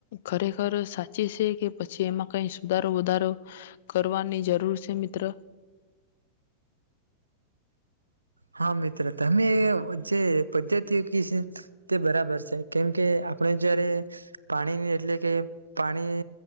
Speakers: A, on the left; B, on the right.
A: ખરેખર સાચી છે કે પછી એમાં કઈ સુધારો વધારો કરવાની જરૂર છે મિત્ર
B: હા મિત્ર તમે જે પદ્ધતિઓ ક છે તે બરાબર છે કેમકે આપણે જયારે પાણીની એટલે કે પાણી